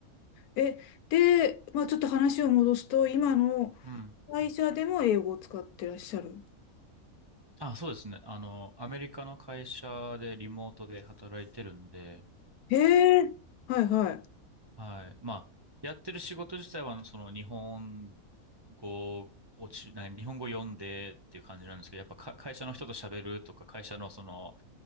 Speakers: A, on the left; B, on the right.
A: え、で、まあちょっと話を戻すと、今の
B: うん。
A: 会社でも英語を使ってらっしゃる。
B: はいあ、そうですね。あの、アメリカの会社でリモートで働いてるんで、
A: へえ、はいはい。
B: はい。まあ、やってる仕事自体は、その日本語をち、なんか日本語読んでっていう感じなんですけど、やっぱか会社の人と喋るとか、会社のその、